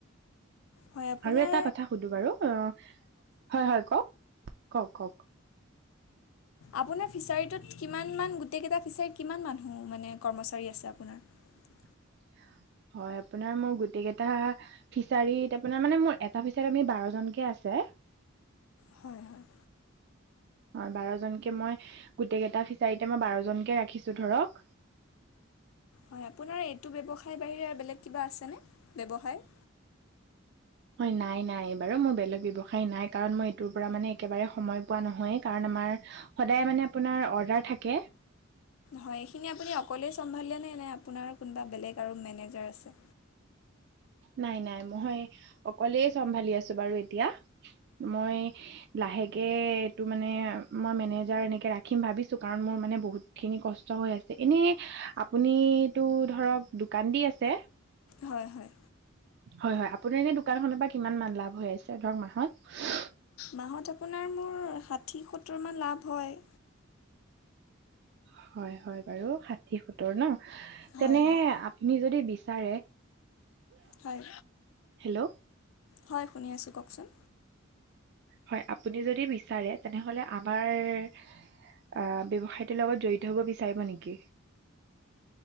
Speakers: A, on the left; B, on the right.
A: হয় আপোনাৰ
B: আৰু এটা কথা সুধো বাৰু অ হয় হয় কওঁক। কওঁক কওঁক।
A: আপোনাৰ ফিচাৰীটোত কিমানমান গোটেইকেইটা ফিচাৰীত কিমান মানুহ মানে কৰ্মচাৰী আছে আপোনাৰ?
B: <unintelligible> হয় আপোনাৰ মোৰ গোটেই কেইটা ফিচাৰীত আপোনাৰ মানে মোৰ এটা ফিচাৰীত আমি বাৰ জনকে আছে। <inaudible>
A: হয় হয়।
B: হয় বাৰজনকে মই গোটেইকেইটা ফিচাৰীতেই মই বাৰজনকে ৰাখিছো ধৰক। <inaudible>
A: হয়, আপোনাৰ এইটো ব্যৱসায়ৰ বাহিৰে বেলেগ কিবা আছেনে ব্যৱসায়?
B: হয় নাই নাই বাৰু মোৰ বেলেগ ব্যৱসায় নাই, কাৰণ মই এইটোৰ পৰা মানে একেবাৰে সময় পোৱা নহয়েই কাৰণ আমাৰ সদায় মানে আপোনাৰ অৰ্ডাৰ থাকে?
A: হয় এইখিনি আপুনি অকলেই চম্ভালিলে নে নাই আপোনাৰ কোনোবা বেলেগ আৰু মেনেজাৰ আছে?
B: নাই নাই মই অকলে চম্ভালি আছো বাৰু এতিয়া। মই লাহেকে এইটো মানে মই মেনেজাৰ এনেকে ৰাখিম ভাবিছো কাৰণ মোৰ মানে বহুত খিনি কষ্ট হৈ হৈ আছে। এনে আপুনিতো ধৰক দোকান দি আছে
A: হয় হয়।
B: হয় হয়, আপোনাৰ এনে দোকানখনৰ পৰা কিমান মান লাভ হৈ আছে? ধৰক মাহত।
A: মাহত আপোনাৰ মোৰ ষাঠি, সত্তৰমান লাভ হয়।
B: হয় হয় বাৰু ষাঠি সত্তৰ ন?
A: হয়
B: তেনে
A: হয়
B: আপুনি যদি বিচাৰে
A: হয়।
B: হেল্ল'।
A: হয়, শুনি আছোঁ, কওকচোন।
B: হয়, আপুনি যদি বিচাৰে তেনেহ'লে আমাৰ আহ ব্যৱসায়টোৰ লগত জড়িত হ'ব বিচাৰিব নেকি?